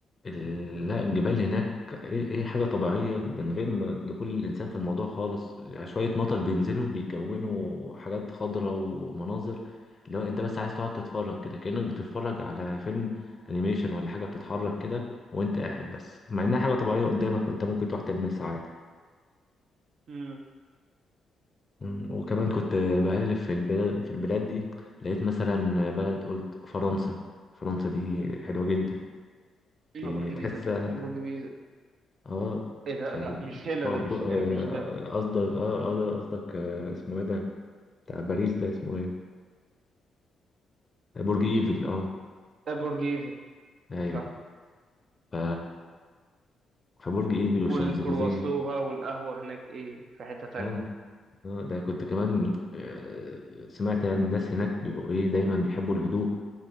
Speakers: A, on the left; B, on the right.
A: ال- لا الجبال هناك إيه إيه حاجة طبيعية من غير ما دخول الإنسان في الموضوع خالص يعني شوية مطر بينزلوا بيكونوا حاجات خضراء ومناظر لو أنت بس عايز تقعد تتفرج كده كأنك بتتفرج على فيلم أنيميشن ولا حاجة بتتحرك كده وأنت قاعد بس مع إنها حاجة طبيعية قدامك وأنت ممكن تروح تلمسها عادي
B: امم
A: مم. وكمان كنت بقلب في البلاد في البلاد دي لقيت مثلا بلد قلت فرنسا فرنسا دي حلوة جدا
B: لا
A: دي
B: برج
A: تحسها
B: بيزا برج بيزا
A: اه
B: ايه ده
A: ف
B: لا مش هنا
A: ف- ب-
B: ده مش
A: آه،
B: مش ده
A: قصدك اه آه، ده قصدك آه، اسمه ايه ده بتاع باريس ده اسمه ايه برج ايفل اه
B: ده برج ايفل
A: ايوه
B: صح
A: ف فبرج ايفل والشانزليزيه
B: والكرواسو بقى والقهوة هناك ايه في حتة تانية
A: اه اه ده كنت كمان آه، سمعت يعني الناس هناك بيبقوا ايه دايما بيحبوا الهدوء